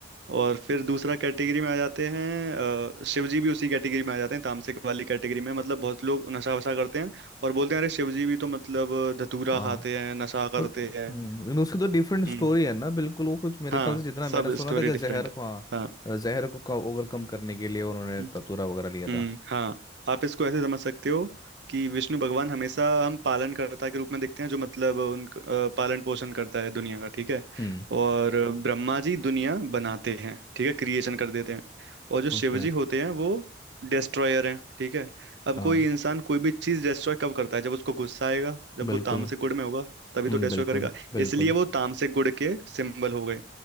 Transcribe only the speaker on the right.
और फिर दूसरा कैटेगरी में आ जाते हैं अ, शिव जी भी उसी कैटेगरी में आ जाते हैं तामसिक वाली कैटेगरी में मतलब बहुत लोग नशा वशा करते हैं और बोलते हैं अरे शिव जी भी तो मतलब धतूरा
खाते हैं नशा करते
हैं
हम्म
हाँ
सब
स्टोरी
डिफरेंट
है
हाँ
हम्म।
हम्म हाँ आप इसको ऐसे समझ सकते हो कि विष्णु भगवान हमेशा हम पालनकर्ता के रूप में देखते हैं जो मतलब उन अ, पालन पोषण करता है दुनिया का ठीक है
और ब्रह्मा जी दुनिया बनाते हैं ठीक है क्रिएशन कर देते हैं और जो शिव
जी होते हैं वो डिस्ट्रॉयर हैं ठीक है अब
कोई इंसान कोई भी चीज डिस्ट्रॉय कब करता है जब उसको गुस्सा आएगा जब
वो तामसिक गुण में होगा तभी
तो डिस्ट्रॉय
करेगा
इसलिए वो तामसिक गुण के सिंबल हो गए